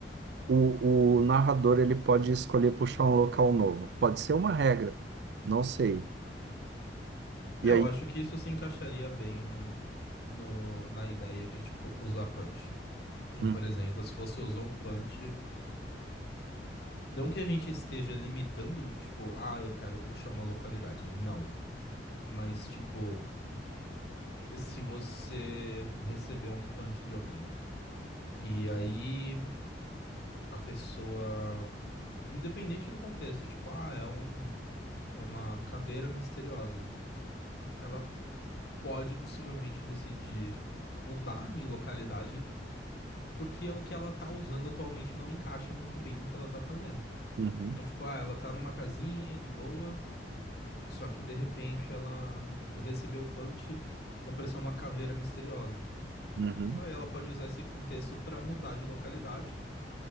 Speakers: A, on the right; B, on the left.
A: O, o narrador ele pode escolher puxar um local novo. Pode ser uma regra, não sei. E
B: É, eu
A: aí?
B: acho que isso se encaixaria bem no, na ideia de, tipo, usar punch.
A: Hum,
B: Por exemplo, se você usou um punch, não que a gente esteja limitando, tipo, ah, eu quero puxar uma localidade. Não. Mas, tipo, se você recebeu um punch de alguém e aí a pessoa, independente do contexto, tipo, ah, é um. É uma caveira misteriosa. Ela pode possivelmente decidir mudar de localidade, porque é o que ela tá usando atualmente não encaixa muito bem no que ela tá fazendo.
A: uhum,
B: Então, tipo, ah, ela tá numa casinha de boa, só que de repente ela recebeu o punch e apareceu uma caveira misteriosa.
A: uhum,
B: Aí ela pode usar esse contexto pra mudar de localidade,